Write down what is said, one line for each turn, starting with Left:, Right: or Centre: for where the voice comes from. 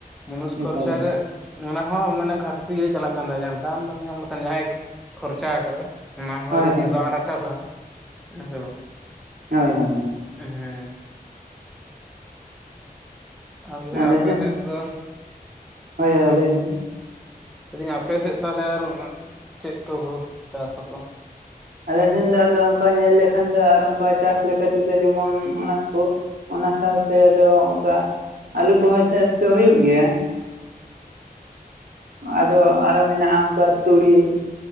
Centre: ᱢᱚᱱᱩᱥ ᱠᱷᱚᱨᱪᱟ
Right: ᱮᱠᱟᱞ ᱮᱠᱟᱞ
Centre: ᱜᱮ ᱚᱱᱟ ᱦᱚᱸ ᱢᱟᱱᱮ ᱜᱷᱟᱴᱛᱤ ᱨᱮ ᱪᱟᱞᱟᱜᱼᱼ ᱱᱟ ᱡᱟᱦᱟᱸ ᱟᱨ ᱫᱟᱢ ᱵᱟᱝ ᱧᱟᱢ ᱞᱮᱠᱷᱟᱱ ᱡᱟᱦᱟᱸᱭ ᱠᱷᱚᱨᱪᱟ ᱟᱠᱟᱫᱟ ᱚᱱᱟ ᱦᱚᱸ
Right: ᱦᱳᱭ
Centre: ᱡᱩᱫᱤ
Right: ᱦᱳᱭ
Centre: ᱵᱟᱝ ᱨᱟᱠᱟᱵ-ᱟ᱾ ᱦᱮᱞᱳ
Right: ᱦᱳᱭ ᱦᱳᱭ ᱦᱳᱭ
Centre: ᱦᱮᱸ ᱟᱨ ᱦᱟᱞᱮ
Right: ᱟᱞᱮ
Centre: ᱟᱯᱮ
Right: ᱥᱮᱱ
Centre: ᱥᱮᱜ ᱫᱚ,
Right: ᱦᱳᱭ ᱫᱟᱫᱟ
Centre: ᱟᱨ
Right: ᱞᱟᱹᱭ ᱞᱮᱢᱮ
Centre: ᱞᱟᱹᱭ ᱫᱟᱹᱧ ᱟᱯᱮ ᱥᱮᱜ ᱛᱟᱦᱚᱞᱮ ᱚᱱᱟ ᱟᱨ ᱪᱮᱜ ᱠᱚᱠᱚ ᱪᱟᱥ ᱟᱠᱚ?
Right: ᱟᱞᱮ ᱥᱮᱱ ᱫᱚ ᱚᱱᱠᱟ ᱧᱮᱞ ᱞᱮᱠᱷᱟᱱ ᱫᱚ ᱟᱨ ᱚᱱᱠᱟ ᱪᱟᱥ ᱞᱮᱠᱟ ᱛᱮᱫᱚ ᱡᱮᱢᱚᱱ ᱚᱱᱟ ᱠᱚ᱾ ᱚᱱᱟ ᱥᱟᱶᱛᱮ ᱟᱫᱚ ᱚᱱᱠᱟ ᱟᱞᱩ ᱠᱚᱦᱚᱸ ᱪᱟᱥ ᱫᱚ ᱦᱩᱭᱩᱜ ᱜᱮᱭᱟ᱾ ᱟᱫᱚ ᱟᱨᱚ ᱢᱮᱱᱟᱜ-ᱟ ᱚᱱᱠᱟ ᱛᱩᱲᱤᱼᱼ